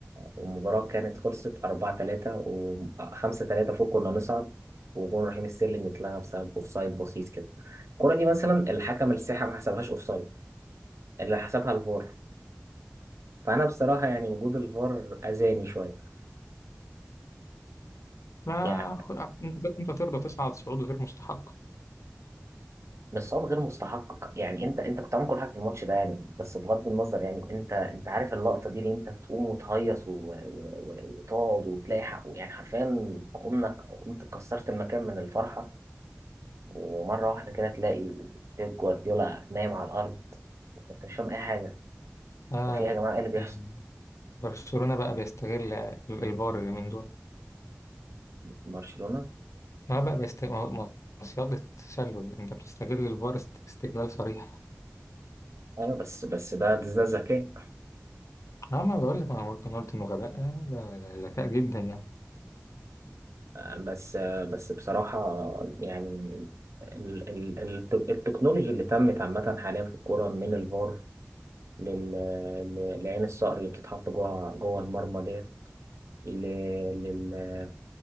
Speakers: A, on the right; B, on the left.
A: والمباراة كانت خلصت 4 3 و 5 3 فوق كنا نصعد وجون رحيم ستيرلينج اتلغى بسبب اوفسايد بسيط كده الكرة دي مثلا الحكم الساحة ما حسبهاش اوفسايد اللي حسبها الفار فأنا بصراحة يعني وجود الفار أذاني شوية
B: ما
A: يعني
B: خ- آه، انت انت ترضى تصعد صعود غير مستحق
A: بس صعب غير مستحق يعني انت انت كنت عامل كل حاجه في الماتش ده يعني بس بغض النظر يعني انت انت عارف اللقطه دي اللي انت تقوم وتهيص و... و... و... وتقعد وتلاقي حقه يعني حرفيا قمنا قمت كسرت المكان من الفرحه ومره واحده كده تلاقي بيب جوارديولا نايم على الارض وانت مش فاهم اي حاجه
B: آه
A: وفي يا جماعه ايه اللي بيحصل
B: آه، برشلونه بقى بيستغل الفار اللي من دول
A: برشلونة
B: اه بقى بيست... ما هو- ما هو صياغة تسلل انت بتستغل الفار است- استغلال صريح
A: ايوه بس بس ده ده ده ذكاء
B: اه ما بقول لك ما هو قلت أنا قلت انه غباء آه، ده ده ذكاء جدا يعني
A: آه، بس آه، بس بصراحة يعني ال ال ال التكنولوجي اللي تمت عامة حاليا في الكورة من الفار لل... ل- لعين الصقر اللي بتتحط جوه جوه المرمى ديت ل... لل...